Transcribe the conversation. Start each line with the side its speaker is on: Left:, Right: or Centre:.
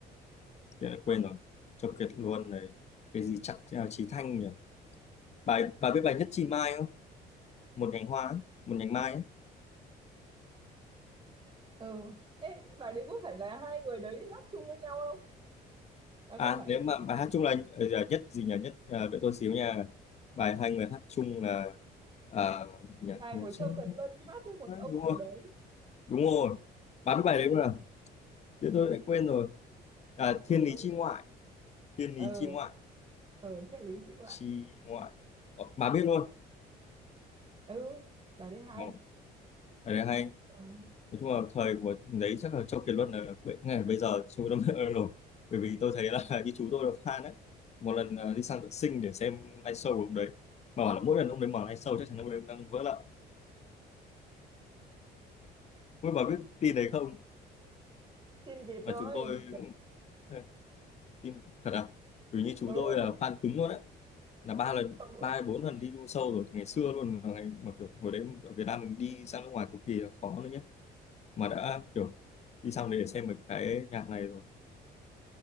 Left: Tự nhiên quên rồi Châu Kiệt Luân này cái gì chắc ờ, Chí Thanh nhỉ bài bà biết bài Nhất Chi Mai không một nhành hoa ấy, một nhành mai ấy.
Right: ừ Ê, bài đấy có phải là hai người đấy hát chung với nhau không à
Left: à
Right: không phải
Left: nếu mà bài hát chung là ờ, giờ nhất gì nhỉ nhất ờ, đợi tôi xíu nha bài hai người hát chung là ờ, gì nhỉ
Right: bài
Left: Một
Right: của Châu
Left: sinh-
Right: Kiệt Luân hát với một
Left: đúng
Right: ông nào
Left: rồi
Right: đấy
Left: đúng rồi bà biết bài đấy không nào thế tôi lại quên rồi à, Thiên
Right: ừ
Left: Lý
Right: tôi
Left: Chi
Right: cũng
Left: Ngoại Thiên
Right: ờ
Left: Lý Chi Ngoại
Right: ờ triết lý chị ngoại
Left: Chi ngoại Ờ, bà biết luôn
Right: ừ bài đấy hay
Left: Ờ, cái đấy hay
Right: ờ
Left: nói chung là thời của đấy chắc là Châu Kiệt Luân là bây- ngay bây giờ chú đâm <laughs> rồi bởi vì tôi thấy là <laughs> như chú tôi là fan đấy một lần ờ, đi sang tận sinh để xem live show của ông đấy mà bảo là mỗi lần ông đấy mở live show chắc chắn ông đấy đang vỡ lợ không bà biết tin đấy không
Right: tin Việt
Left: mà
Right: rồi
Left: chú tôi <laughs> tin thật à bởi vì như chú
Right: ừ
Left: tôi là fan cứng luôn đấy là ba lần
Right: ông,
Left: ba hay bốn lần đi du show rồi từ ngày xưa luôn mà, ngày, mà kiểu hồi đấy ở Việt Nam mình đi sang nước ngoài cực kỳ là khó mà đã kiểu đi sang đấy để xem một cái nhạc này rồi